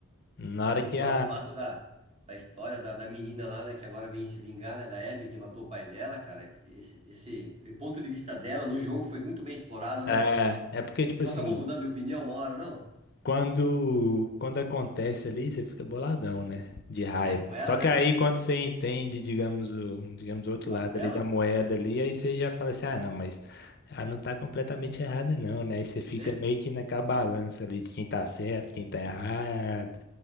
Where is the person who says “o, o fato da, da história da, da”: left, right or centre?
Right